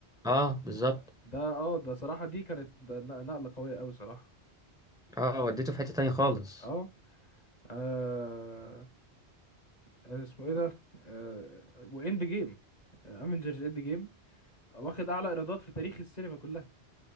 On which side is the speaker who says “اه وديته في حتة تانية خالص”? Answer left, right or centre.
Centre